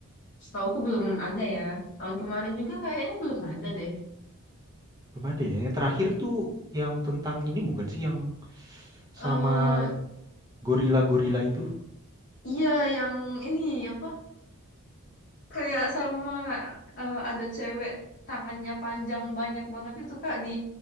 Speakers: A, on the left; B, on the right.
A: setauku belum ada ya. Tahun kemarin juga kayaknya belum ada deh.
B: Belum ada ya. Yang terakhir tuh yang tentang ini bukan sih yang sama
A: eh
B: gorila-gorila itu?
A: iya yang ini apa kayak sama eh, ada cewek tangannya panjang banyak banget itu Kak di